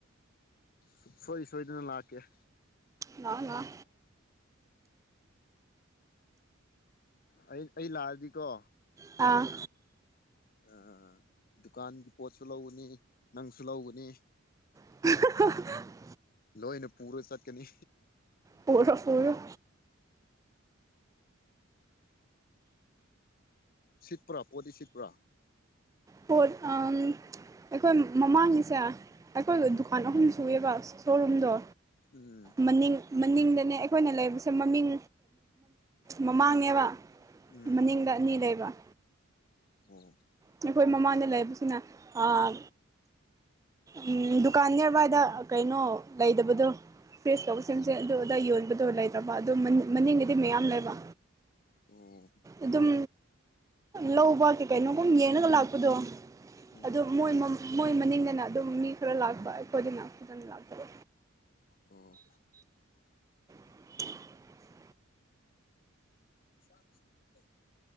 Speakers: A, on the left; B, on the right.
A: ꯁꯨꯛꯁꯣꯏ ꯁꯣꯏꯗꯅ ꯂꯥꯛꯀꯦ
B: ꯂꯥꯛꯑꯣ ꯂꯥꯛꯑꯣ
A: ꯑꯩ ꯑꯩ ꯂꯥꯛꯑꯗꯤꯀꯣ
B: ꯑꯥ
A: ꯑꯥ ꯗꯨꯀꯥꯟꯒꯤ ꯄꯣꯠꯁꯨ ꯂꯧꯒꯅꯤ ꯅꯪꯁꯨ ꯂꯧꯒꯅꯤ
B: <unintelligible>
A: ꯂꯣꯏꯅ ꯄꯨꯔ ꯆꯠꯀꯅꯤ
B: ꯄꯨꯔꯣ ꯄꯨꯔꯣ
A: ꯁꯤꯠꯄꯔꯥ ꯄꯣꯠꯇꯤ ꯁꯤꯠꯄꯔꯥ
B: ꯄꯣꯠ ꯑꯝ ꯑꯩꯈꯣꯏ ꯃꯃꯥꯡꯒꯤꯁꯦ ꯑꯩꯈꯣꯏꯒꯤ
A: ꯎꯝ
B: ꯗꯨꯀꯥꯟ ꯑꯍꯨꯝ ꯁꯨꯑꯦꯕ ꯁꯣꯔꯨꯝꯗꯣ
A: ꯎꯝ
B: ꯃꯅꯤꯡ ꯃꯅꯤꯡꯗꯅꯦ ꯑꯩꯈꯣꯏꯅ ꯂꯩꯕꯁꯦ ꯃꯃꯤꯡ ꯃꯃꯥꯡꯅꯦꯕ
A: ꯎꯝ
B: ꯃꯅꯤꯡꯗ ꯑꯅꯤ ꯂꯩꯕ
A: ꯑꯣ
B: ꯑꯩꯈꯣꯏ ꯃꯃꯥꯡꯗ ꯂꯩꯕꯁꯤꯅ ꯑꯥ ꯎꯝ ꯗꯨꯀꯥꯟ ꯅꯤꯌꯔꯕꯥꯏꯗ ꯀꯩꯅꯣ ꯂꯩꯗꯕꯗꯣ ꯐ꯭ꯔꯦꯁ ꯇꯧꯕ ꯁꯦꯝꯁꯦ
A: ꯎꯝ
B: ꯑꯗꯨ ꯑꯗꯥ ꯌꯣꯟꯕꯗꯣ ꯂꯩꯇꯕ ꯑꯗꯣ ꯃꯅꯤꯡ ꯃꯅꯤꯡꯒꯤꯗꯤ ꯃꯌꯥꯝ ꯂꯩꯕ
A: ꯑꯣ
B: ꯑꯗꯨꯝ ꯂꯧꯕ ꯀꯩ ꯀꯩꯅꯣꯒꯨꯝ ꯌꯦꯡꯉꯒ ꯂꯥꯛꯄꯗꯣ
A: ꯎꯝ
B: ꯑꯗꯨꯝ ꯃꯣꯏ ꯃꯣꯏ ꯃꯅꯤꯡꯗꯅ ꯑꯗꯨꯝ ꯃꯤ ꯈꯔ ꯂꯥꯛꯄ ꯑꯩꯈꯣꯏꯒꯤꯅ ꯐꯖꯅ ꯂꯥꯛꯇꯕ
A: ꯑꯣ
B: <unintelligible>
A: <inaudible>